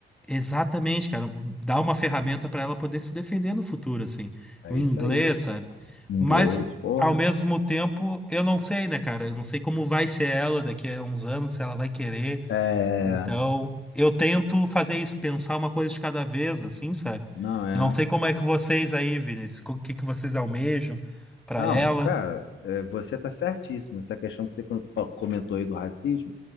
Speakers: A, in the centre; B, on the left.
A: Exatamente, cara, dar uma ferramenta para ela poder se defender no futuro, assim,
B: é
A: o inglês,
B: isso aí.
A: sabe?
B: Inglês,
A: Mas
B: porra.
A: ao mesmo tempo, eu não sei, né, cara? Eu não sei como vai ser ela daqui a uns anos, se ela vai querer.
B: É,
A: Então, eu tento fazer isso, pensar uma coisa de cada vez, assim, sabe?
B: não é.
A: Eu não sei como é que vocês aí, Vinícius, o que que vocês almejam pra
B: Não,
A: ela.
B: cara, é, você tá certíssimo. Essa questão que você con- fa- comentou aí do racismo.